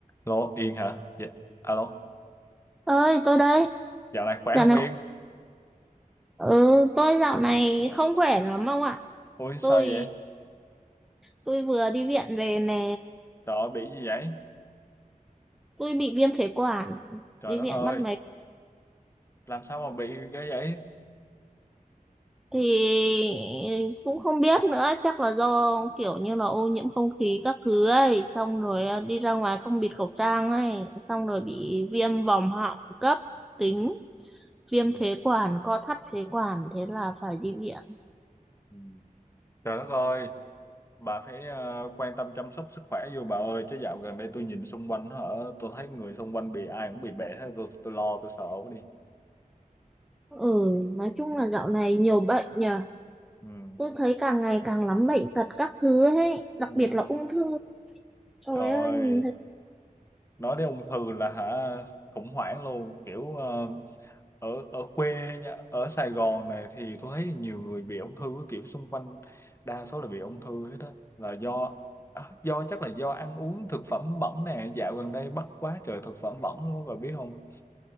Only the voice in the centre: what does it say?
ơi tôi đây
dạo
này
ừ, tôi dạo này không khỏe lắm ông ạ
tôi
tôi vừa đi viện về nè
tôi bị viêm phế quản
đi
viện
mất mấy
thì cũng không biết nữa chắc là do kiểu như là ô nhiễm không khí các thứ ấy xong rồi à, đi ra ngoài không bịt khẩu trang ấy xong rồi bị viêm vòm họng cấp tính viêm
phế quản co thắt phế quản thế là phải đi viện
ừ nói chung
là dạo này nhiều bệnh nhỉ
Tôi thấy càng ngày càng lắm bệnh tật các thứ ấy, đặc
biệt là ung thư. Trời
ơi, nhìn thấy.